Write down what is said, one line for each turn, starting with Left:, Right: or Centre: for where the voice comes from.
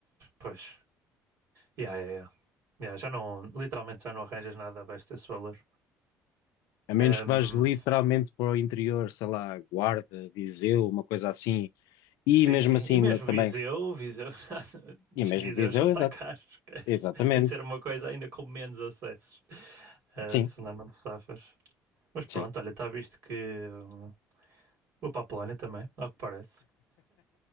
Right: Pois. Yeah, yeah, yeah. Yeah, já não, literalmente já não arranjas nada abaixo desse valor.
Left: A menos
Right: Ahm,
Left: que vás literalmente para o interior, sei lá, Guarda, Viseu, uma coisa assim, e
Right: sim,
Left: mesmo
Right: sim.
Left: assim
Right: E mesmo
Left: no- também,
Right: Viseu, Viseu <laughs> já,
Left: e mesmo
Right: Viseu
Left: Viseu,
Right: já está
Left: exato,
Right: caro, esquece.
Left: exatamente,
Right: Tem de ser uma coisa ainda com menos acessos. Ah,
Left: sim.
Right: senão não te safas. Mas pronto,
Left: Sim,
Right: olha, está visto que hum, vou para a Polónia também, ao que parece.